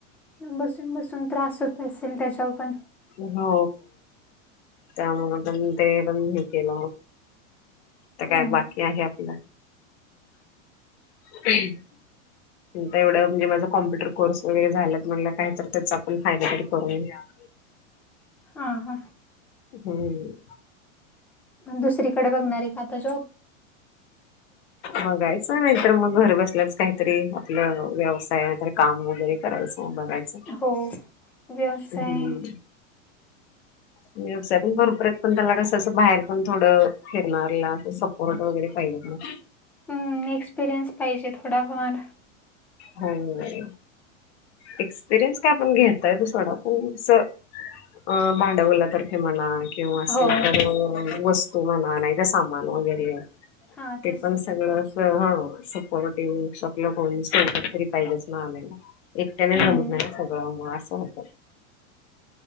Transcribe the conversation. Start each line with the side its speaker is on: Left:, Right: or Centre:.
Centre: बसून बसून त्रास होत असेल त्याच्यावर पण.
Left: हो त्यामुळ पण ते पण हे केलं मग. त्या काय
Centre: हम्म
Left: बाटल्या हेे आपलं. <inaudible> <unintelligible>
Centre: <inaudible>
Left: एवढं म्हणजे माझा कॉम्प्युटर कोर्स वगैरे झालात म्हटलं कायं तर त्याचा आपण फायदा तरी करून घ्याव.
Centre: हा हा.
Left: हम्म. <inaudible>
Centre: म दुसरीकडे बघणारं एखादा जॉब? <inaudible>
Left: बघायचंयं नाहीतर मग घर बसल्याच काहीतरी आपलं व्यवसाय. काम वगैरे करायचं बघायचं.
Centre: हो व्यवसाय.
Left: हम्म व्यवसाय पण भरपूर आहेत पण त्याला कसं असं बाहेर पण थोडं फिरणारेला असं सपोर्ट वगैरे पाहिलंत ना.
Centre: हम्म एक्सपिरियन्स पाहिजे थोडाफार.
Left: हम्म. एक्सपिरियन्स काय आपण घेता येतो सोडा अस. अ भांडवला तर्फे म्हणा. किंवा असेलं
Centre: हो
Left: तर वस्तू म्हणा नाहीतर सामान वगैरे.
Centre: हा
Left: ते
Centre: तेच
Left: पण सगळं अस हा सपोर्टिव्ह शकलं कोणी सं. काहीतरी पाहिजेज ना आपल्याला एकट्याने
Centre: हम्म
Left: जमत नाही ना सगळ मुळ असं होतं.